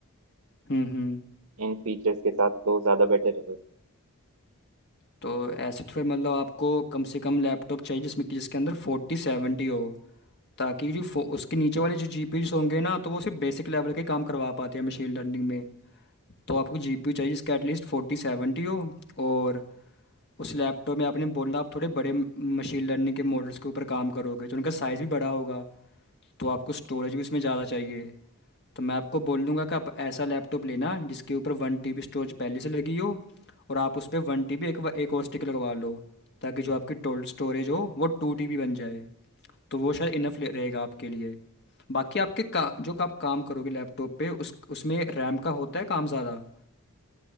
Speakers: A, on the left; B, on the right.
A: हम्म हम्म
B: इन फीचर्स के साथ तो ज़्यादा बेटर है
A: तो ऐसे तो फिर मतलब आपको कम से कम लैपटॉप चाहिए जिसमें कि जिसके अंदर फोर्टी सेवेंटी हो ताकि जो फो- उसके नीचे वाले जो जीपीयूज होंगे ना तो वो सिर्फ बेसिक लेवल के काम करवा पाते हैं मशीन लर्निंग में तो आपको जीपीयू चाहिए जिसका एटलीस्ट फोर्टी सेवेंटी हो और उस लैपटॉप में आपने बोला आप थोड़े बड़े मशीन लर्निंग के मॉडल्स के ऊपर काम करोगे तो उनका साइज़ भी बड़ा होगा तो आपको स्टोरेज भी उसमें ज़्यादा चाहिए तो मैं आपको बोल दूंगा कि आप ऐसा लैपटॉप लेना जिसके ऊपर वन टीबी स्टोरेज पहले से लगी हो और आप उस पर वन टीबी एक वा- एक और स्टिक लगवा लो ताकि जो आपकी टोटल स्टोरेज हो वो टू टीबी बन जाए तो वो शायद इनफ रहेगा आपके लिए बाकी आपके का जो आप काम करोगे लैपटॉप पे उस उसमें रैम का होता है काम ज़्यादा